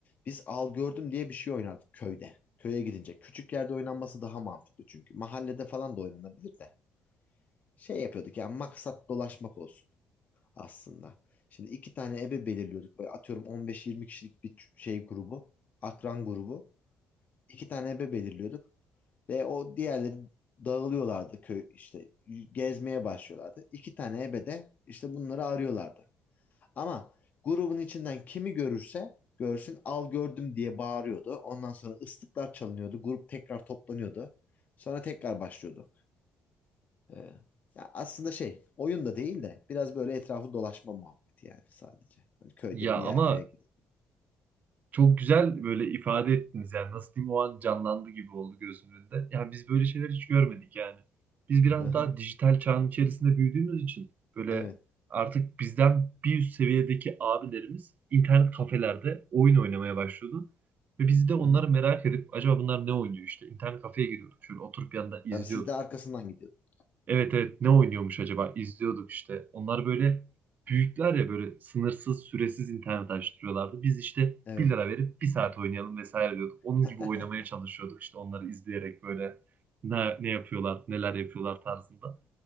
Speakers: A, on the left (about 45°); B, on the right (about 50°).
A: Biz al gördüm diye bir şey oynardık köyde. Köye gidince. Küçük yerde oynanması daha mantıklı çünkü. Mahallede falan da oynanabilir de. şey yapıyorduk yani maksat dolaşmak olsun aslında. Şimdi iki tane ebe belirliyorduk. Böyle atıyorum 15-20 kişilik bir ç- şey grubu, akran grubu. İki tane ebe belirliyorduk ve o diğerleri dağılıyorlardı köy işte gezmeye başlıyorlardı. İki tane ebe de işte bunları arıyorlardı. Ama grubun içinden kimi görürse görsün al gördüm diye bağırıyordu. Ondan sonra ıslıklar çalınıyordu. Grup tekrar toplanıyordu. Sonra tekrar başlıyorduk. Ee, ya aslında şey oyun da değil de biraz böyle etrafı dolaşma muhabbeti yani sadece. Hani köyde
B: Ya
A: bir yerlere
B: ama
A: gidiyor.
B: Çok güzel böyle ifade ettiniz yani nasıl diyeyim o an canlandı gibi oldu gözümün önünde. Yani biz böyle şeyler hiç görmedik yani. Biz biraz
A: Hı hı.
B: daha dijital çağın içerisinde büyüdüğümüz için böyle
A: Evet.
B: artık bizden bir üst seviyedeki abilerimiz internet kafelerde oyun oynamaya başlıyordu. Ve biz de onları
A: Hı hı.
B: merak edip acaba bunlar ne oynuyor işte internet kafeye giriyorduk şöyle oturup yanında izliyorduk.
A: Tabii siz de arkasından gidiyordunuz.
B: Evet evet ne oynuyormuş acaba? İzliyorduk işte. Onlar böyle büyükler ya böyle sınırsız süresiz internet açtırıyorlardı. Biz işte
A: Evet.
B: 1 lira verip bir saat oynayalım vesaire diyorduk. Onun
A: <laughs>
B: gibi oynamaya çalışıyorduk işte onları izleyerek böyle ne, ne yapıyorlar neler yapıyorlar tarzında.